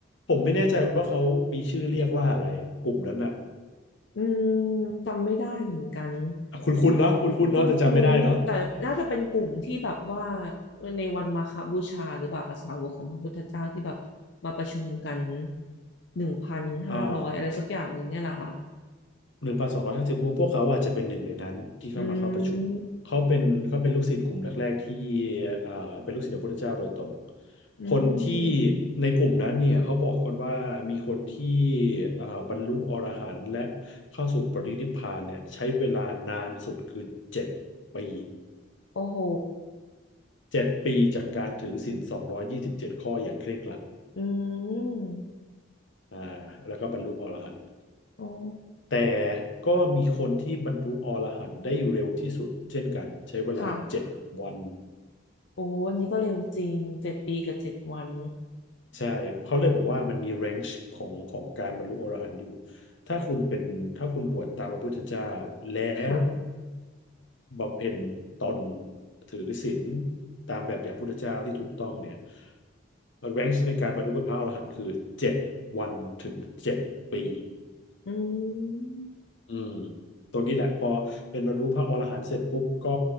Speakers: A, on the left; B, on the left.
A: ผมไม่แน่ใจว่าเขามีชื่อเรียกว่าอะไรกลุ่มนั้นน่ะ
B: อืมจำไม่ได้เหมือนกัน
A: คุณคุณเนาะคุณคุณเนาะแต่จำไม่ได้เนาะ
B: คุ้นคุ้นแต่น่าจะเป็นกลุ่มที่แบบว่าในวันมาฆบูชาหรือเปล่าคะสาวกของพระพุทธเจ้าที่แบบมาประชุมกันหนึ่งพันห้าร้อยอะไรสักอย่างหนึ่งเนี่ยแหละค่ะ
A: อ่า หนึ่งพันสองร้อยห้าสิบพวกเขาอาจจะเป็นหนึ่งในนั้นที่เข้ามาเข้าประชุมเขาเป็นเขาเป็นลูกศิษย์กลุ่มแรกๆที่
B: อืม
A: อ่าเป็นลูกศิษย์พระพุทธเจ้าโดยตรง
B: อืม
A: คนที่ในกลุ่มนั้นเนี่ยเขาบอกกันว่ามีคนที่อ่าบรรลุอรหันต์และเข้าสู่ปรินิพพานเนี่ยใช้เวลานานสุดคือเจ็ดปี
B: โอ้โห
A: เจ็ดปีจากการถือศีลสองร้อยยี่สิบเจ็ดข้ออย่างเคร่งครัด
B: อืม
A: อ่าแล้วก็บรรลุอรหันต์
B: อ๋อ
A: แต่ก็มีคนที่บรรลุอรหันต์ได้เร็วที่สุดเช่นกันใช้เวลาเจ็ดวัน
B: ค่ะโอ้อันนี้ก็เร็วจริงเจ็ดปีกับเจ็ดวัน
A: ใช่เขาเลยบอกว่ามันมีแรงค์ของของการบรรลุอรหันต์อยู่ถ้าคุณเป็นถ้าคุณบวชตามพระพุทธเจ้าแล้ว
B: ค่ะ
A: บำเพ็ญตนถือศีลตามแบบอย่างพุทธเจ้าที่ถูกต้องเนี่ยแรงค์ในการบรรลุเป็นพระอรหันต์คือเจ็ดวันถึงเจ็ดปี
B: อืม
A: อืมตรงนี้แหละพอเป็นบรรลุพระอรหันต์เสร็จปุ๊บก็